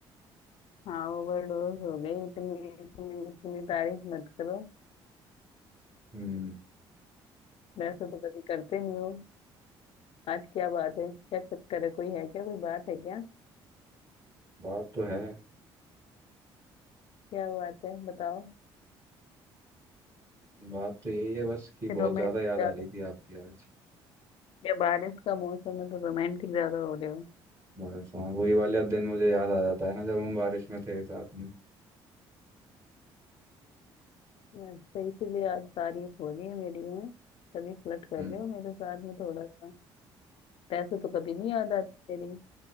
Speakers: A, on the left (about 60°); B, on the right (about 30°).
A: हाँ ओवरडोज हो गई इतनी इतनी इतनी तारीफ मत करो
B: हम्म
A: वैसे तो कभी करते नहीं हो आज क्या बात है क्या चक्कर है कोई है क्या कोई बात है क्या
B: बात तो है
A: क्या बात है बताओ
B: बात तो यही है बस कि बहुत
A: रोमांटिक
B: ज़्यादा याद
A: ज्यादा
B: आ रही थी आपकी आज
A: या बारिश का मौसम है तो रोमांटिक ज्यादा हो रहे हो
B: बस हाँ वही वाले दिन मुझे याद आ जाता है ना जब हम बारिश में थे साथ में
A: अच्छा इसीलिए आज तारीफ हो रही है मेरी है तभी फ्लर्ट कर
B: हम्म
A: रहे हो मेरे साथ में थोड़ा सा पैसे तो कभी नहीं याद आती मेरी